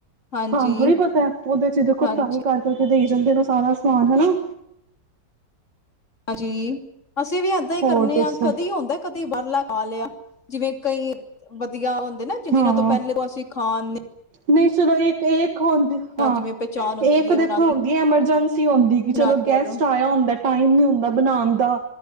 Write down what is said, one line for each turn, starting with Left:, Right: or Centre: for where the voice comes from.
Left: ਹਾਂਜੀ
Right: ਸਾਨੂੰ ਥੋੜ੍ਹੀ ਪਤਾ ਹੈ ਉਹਦੇ ਚ ਦੇਖੋ
Left: ਹਾਂਜੀ
Right: ਫਰਾਈ ਕਰ-ਕਰ ਕੇ ਦੇਈ ਜਾਂਦੇ ਨੇ ਉਹ ਸਾਰਾ ਸਮਾਨ ਹਨਾ।
Left: ਹਾਂਜੀ ਅਸੀਂ ਵੀ ਏਦਾਂ ਹੀ
Right: ਹੋਰ
Left: ਕਰਨੇ
Right: ਦੱਸੋ
Left: ਆਂ ਕਦੀ ਹੁੰਦਾ ਏ ਕਦੀ ਬਾਹਰਲਾ ਖਾ ਲਿਆ ਜਿਵੇਂ ਕਈ ਵਧੀਆ ਹੁਣ ਦੇ ਨਾ ਜ
Right: ਹਾਂ
Left: ਜਿਨ੍ਹਾਂ ਤੋਂ ਪਹਿਲੇ ਤੋਂ ਅਸੀਂ ਖਾਣੇ
Right: ਨਹੀਂ ਚਲੋ। ਇੱਕ ਏ ਕ ਹੁੰਦੀ ਹਾਂ।
Left: ਜਿਵੇਂ ਪਹਿਚਾਣ ਹੁੰਦੀ
Right: ਇਹ ਇੱਕ
Left: ਹੈ ਉਹਨਾਂ
Right: ਦੇਖੋ
Left: ਦੀ
Right: ਹੁੰਦੀ ਏ ਐਮਰਜੈਂਸੀ ਹੁੰਦੀ ਕਿ
Left: ਉਹਨਾਂ
Right: ਚਲੋ ਗੈਸਟ
Left: ਕੋਲੋਂ
Right: ਆਇਆ ਹੁੰਦਾ ਟਾਈਮ ਨੀ ਹੁੰਦਾ ਬਣਾਣ ਦਾ